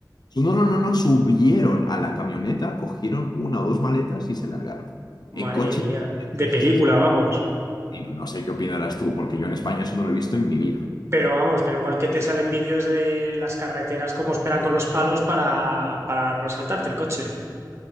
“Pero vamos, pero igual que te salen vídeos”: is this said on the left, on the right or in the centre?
Right